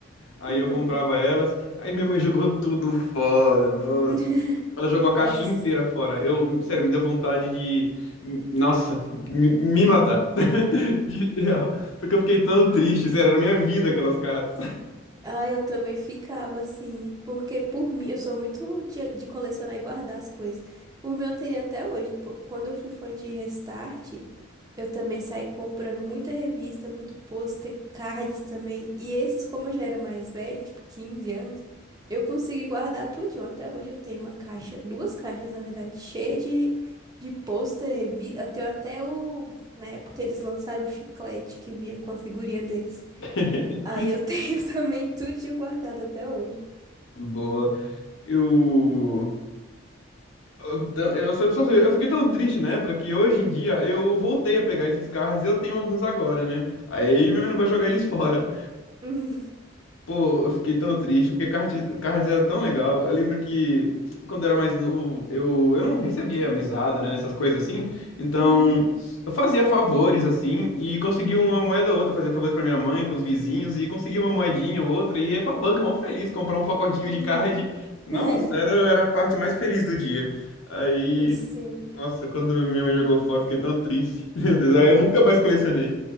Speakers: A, on the left (about 80°); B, on the right (about 20°).
A: Aí
B: uhum.
A: eu comprava elas. Aí minha mãe jogou tudo fora, nossa.
B: <laughs>
A: Ela jogou a caixinha
B: Nossa,
A: inteira fora. Eu, sério, me deu vontade de, nossa, me, me matar. <laughs> De- porque eu fiquei tão triste, sério, era na minha vida aquelas cartas.
B: Ah, eu também ficava assim, porque por mim, eu sou muito de, de colecionar e guardar as coisas. Por mim, eu teria até hoje. Pô, Quando eu fui fã de Restart, eu também saí comprando muita revista, muito pôster, cards também. E esses, como eu já era mais velha, tipo 15 anos, eu consegui guardar tudinho. Até hoje eu tenho uma caixa, duas caixas, na verdade, cheia de, de pôster, revista. Eu tenho até o. Na época eles lançaram o chiclete que vinha com a figurinha deles.
A: <laughs>
B: Aí eu tenho <laughs> também tudinho guardado até hoje.
A: Boa. Eu, eu, tã- eu, só- só- eu fiquei tão triste na época que hoje em dia eu voltei a pegar esses carros. Eu tenho alguns agora, né? Aí
B: Uhum.
A: minha mãe não vai jogar eles fora.
B: Uhum.
A: Pô, eu fiquei tão triste, porque Cards Cards era tão legal. Eu lembro que quando eu era mais novo, eu, eu não recebia mesada, né? Essas coisas assim. Então,
B: Uhum.
A: eu fazia favores, assim, e conseguia uma moeda ou outra, fazia favores pra minha mãe, pros vizinhos, e conseguia uma moedinha ou outra, e ia pra banca, mó feliz, comprar um pacotinho
B: Uhum.
A: de card. Nossa,
B: <laughs>
A: era, era a parte mais feliz do dia. Aí,
B: Sim.
A: nossa, quando minha mãe jogou fora, eu fiquei tão triste. <laughs> Meu Deus, aí eu nunca mais colecionei.